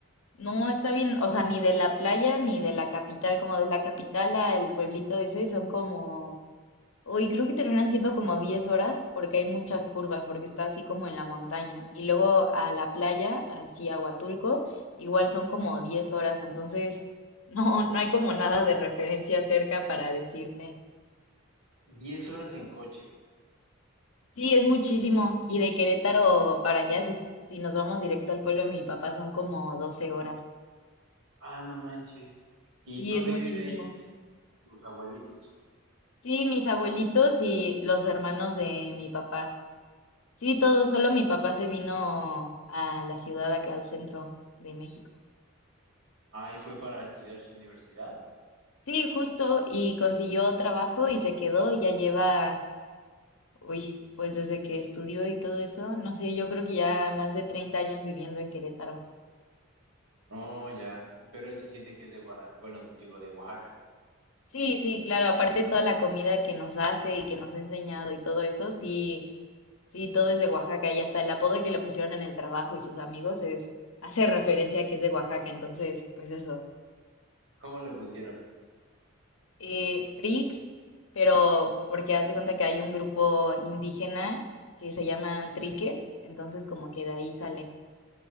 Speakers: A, on the left; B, on the right.
A: No, está bien, o sea, ni de la playa ni de la capital, como de la capital al pueblito ese son como, uy, creo que terminan siendo como 10 horas porque hay muchas curvas, porque está así como en la montaña. Y luego a la playa, así a Huatulco, igual son como 10 horas, entonces <laughs> no, no hay como nada de referencia cerca para decirte.
B: Diez horas en coche.
A: Sí, es muchísimo. Y de Querétaro para allá, si, si nos vamos directo al pueblo de mi papá, son como 12 horas.
B: Ah, no manches. ¿Y
A: Sí,
B: todavía
A: es muchísimo.
B: vive ahí quién? ¿Tus abuelitos?
A: Sí, mis abuelitos y los hermanos de mi papá. Sí, todo, solo mi papá se vino a la ciudad acá al centro de México.
B: Ah, ¿y fue para estudiar su universidad?
A: Sí, justo, y consiguió trabajo y se quedó y ya lleva, uy, pues desde que estudió y todo eso, no sé, yo creo que ya más de 30 años viviendo en Querétaro.
B: Oh, ya. Pero él se siente que es de Guana, bueno, digo, de Oaxaca.
A: Sí, sí, claro, aparte toda la comida que nos hace y que nos ha enseñado y todo eso, sí, Sí, todo es de Oaxaca y hasta el apodo que le pusieron en el trabajo y sus amigos es, hace referencia a que es de Oaxaca, entonces, pues eso.
B: ¿Cómo le pusieron?
A: Eh, Trix, pero porque haz de cuenta que hay un grupo indígena que se llaman Triques, entonces como que de ahí sale.